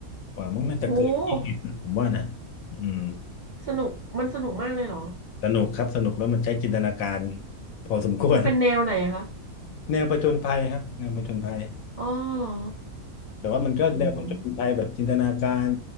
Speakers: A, on the left (about 70°); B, on the right (about 50°).
A: กว่ามั้งน่าจะเกินยี่สิบนะผมว่านะอืม
B: โหสนุกมันสนุกมากเลยเหรอ
A: สนุกครับสนุกแล้วมันใช้จินตนาการพอสมควร
B: มันเป็นแนวไหนอะคะ
A: <laughs> แนวผจญภัยครับแนวผจญภัย
B: อ๋อเหรอ
A: แต่ว่ามันก็แนวผจญภัยแบบจินตนาการ
B: อืม